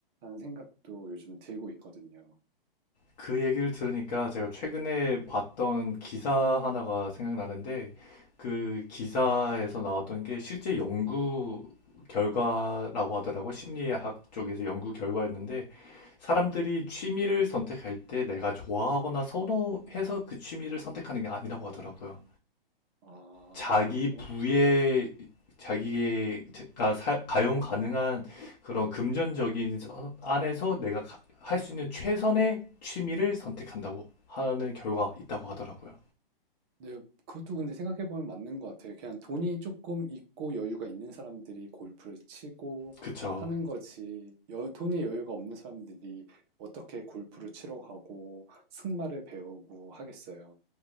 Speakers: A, on the right; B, on the left.
A: 생각도 요즘 들고 있거든요.
B: 그 얘기를 들으니까 제가 최근에 봤던 기사 하나가 생각나는데 그 기사에서 나왔던 게 실제 연구 결과라고 하더라고 심리학 쪽에서 연구 결과였는데 사람들이 취미를 선택할 때 내가 좋아하거나 선호해서 그 취미를 선택하는 게 아니라고 하더라고요.
A: 아,
B: 자기
A: 그래요?
B: 부에
A: 네.
B: 자기가 사- 가용 가능한 그런 금전적인 서- 안에서 내가 할 수 있는 최선의 취미를 선택한다고 하는 결과가 있다고 하더라고요.
A: 네. 그것도 근데 생각해 보면 맞는 것 같아요. 그냥 돈이 조금 있고 여유가 있는 사람들이 골프를 치고
B: 그쵸.
A: 하는 거지 여 돈이 여유가 없는 사람들이 어떻게 골프를 치러 가고 승마를 배우고 하겠어요.